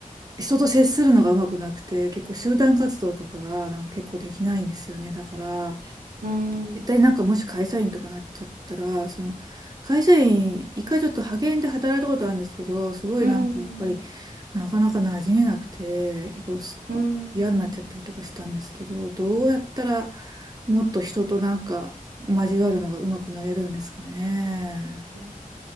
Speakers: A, on the right (about 25°); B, on the right (about 90°).
A: 人と接するのがうまくなくて、結構集団活動とかがなんか結構できないんですよね。だから、
B: うん、
A: 絶対なんかもし会社員とかなっちゃったら、その会社員、一回ちょっと派遣で働いたことあるんですけど、すごいなんかやっぱり
B: うん、
A: なかなか馴染めなくて、結構す
B: うん。
A: 嫌になっちゃったりとかしたんですけど、どうやったらもっと人となんか交わるのがうまくなれるんですかね。
B: ね